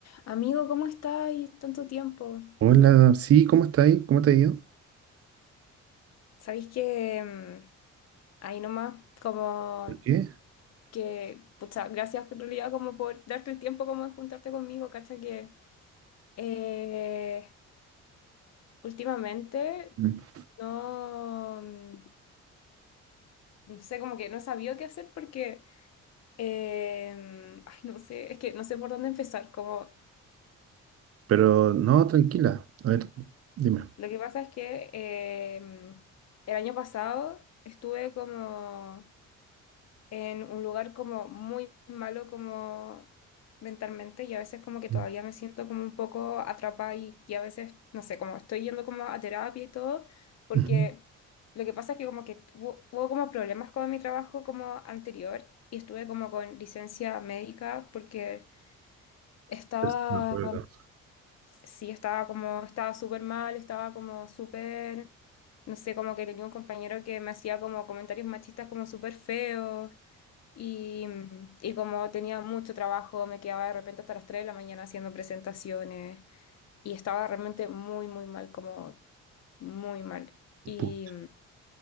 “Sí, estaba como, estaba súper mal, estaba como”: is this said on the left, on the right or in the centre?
Left